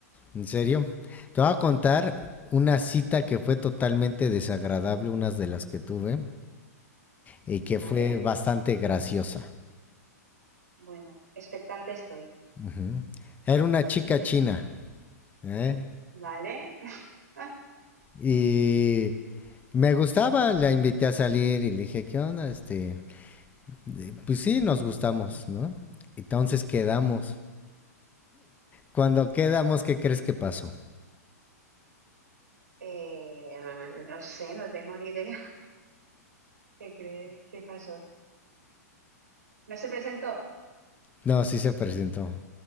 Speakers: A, on the left; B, on the right.
A: ¿En serio? Te voy a contar una cita que fue totalmente desagradable, unas de las que tuve, y que
B: Vale,
A: fue bastante graciosa.
B: bueno, expectante estoy.
A: Ujú. Era una chica china, ¿eh?
B: Vale, <laughs>
A: Y me gustaba, la invité a salir y le dije, ¿qué onda? Este, de- pues sí, nos gustamos, ¿no? Entonces quedamos. Cuando quedamos, ¿qué crees que pasó?
B: Eh, no sé, no tengo ni idea. <laughs> ¿Qué cree? ¿Qué pasó? ¿No se presentó?
A: No, sí se presentó.
B: Sí,